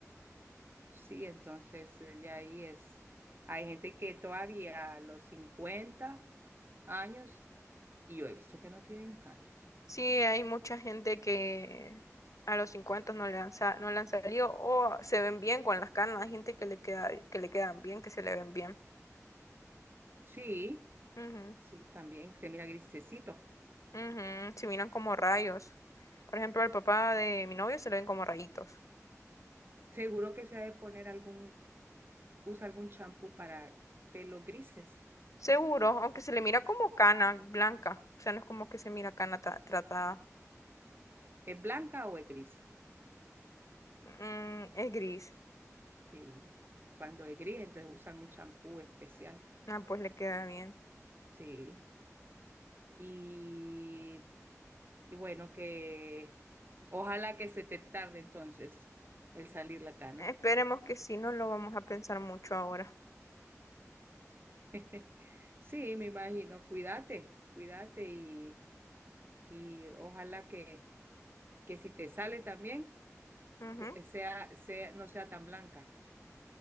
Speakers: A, on the right; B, on the left.
A: Sí, entonces eh, ya ahí es. Hay gente que todavía a los cincuenta años, y yo he visto que no tienen canas.
B: Sí, hay mucha gente que a los 50 no le han, sa- no le han salido o se ven bien con las canas. Hay gente que le queda, que le quedan bien, que se le ven bien.
A: Sí,
B: Ujú.
A: sí, también se mira grisecito.
B: Ujú, se miran como rayos. Por ejemplo, al papá de mi novio se le ven como rayitos.
A: Seguro que se ha de poner algún usa algún champú para pelos grises.
B: Seguro, aunque se le mira como cana blanca. O sea, no es como que se mira cana ta- tratada.
A: ¿Es blanca o es gris?
B: Mm, es gris.
A: Sí. Cuando es gris, entonces usan un champú especial.
B: Ah, pues le queda bien.
A: Sí. Y, y bueno, que ojalá que se te tarde entonces el salir la cana.
B: Esperemos que sí, no lo vamos a pensar mucho ahora.
A: <laughs> Sí, me imagino. Cuídate, cuídate y, y ojalá que, que si te sale también,
B: Ujú.
A: pu- sea, sea, no sea tan blanca.